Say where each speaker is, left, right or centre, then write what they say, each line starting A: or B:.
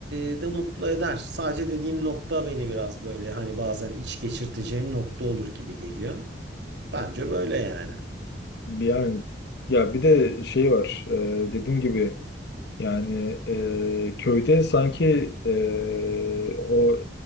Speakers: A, on the right; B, on the left.
A: e, de mutlu eder. Sadece dediğim nokta beni biraz böyle hani bazen iç geçirteceğim nokta olur gibi geliyor. Bence böyle yani.
B: Yani ya bir de şey var e, dediğim gibi Yani e, köyde sanki e, o